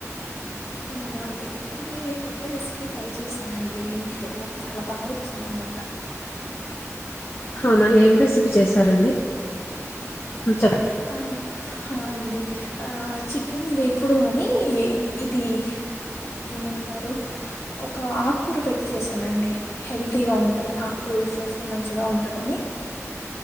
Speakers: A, on the left; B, on the left.
A: అవునా అండి ఇప్పుడే కొత్త రెసి ఇ ట్రై చేశానండి ఇంట్లో చాలా బాగా వచ్చింది అనమాట
B: అవునా ఏం రెసిపీ చేశారండి చెప్
A: ఆహా ఆ అండి ఆ చికెన్ వేపుడూ అని ఇ ఇది ఏమంటారు ఒక ఆకుకూరు పెట్టి చేసానండి హెల్తీగా ఉంటందిని ఆకుకూరు యూజ్ చేస్తే మంచిగా ఉంట దాని